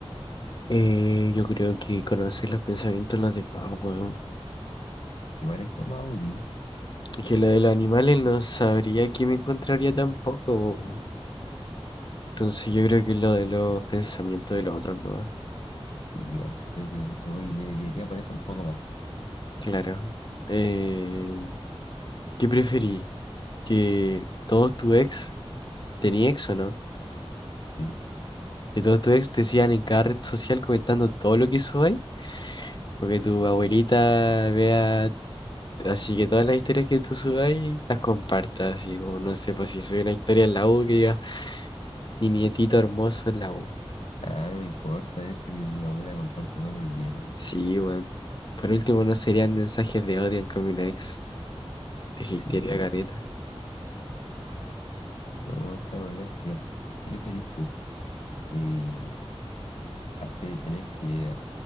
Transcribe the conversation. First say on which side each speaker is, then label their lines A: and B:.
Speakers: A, on the left; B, on the left.
A: Eh, yo creo que conocer los pensamientos de los demás, weón.
B: Igual es como más útil,
A: Que lo de los animales no sabría que me encontraría tampoco. weón. Entonces yo creo que lo de los pensamientos de los otros, ¿no? Ah,
B: y igual creo que me voy me desviaría por eso un poco más,
A: Claro. Eh, ¿qué preferí? ¿Que todos tu ex, tenía ex o no?
B: ¿sí?
A: ¿Que todos tus ex te sigan en cada red social comentando todo lo que subáis? ¿O que tu abuelita vea así que todas las historias que tú subáis las compartas? Así como, no sé, pues si soy una historia en la U, que diga mi nietito hermoso en la U.
B: Ah, no me importa eso, que mi abuela comparta todo lo que quiera, ¿no?
A: Sí, weón. Por último, no serían mensajes de odio en Common Ex. Te
B: Sí,
A: hatearía caleta.
B: no, está buena eso, ya. ¿Qué preferís tú? Eh, hacer, tener que,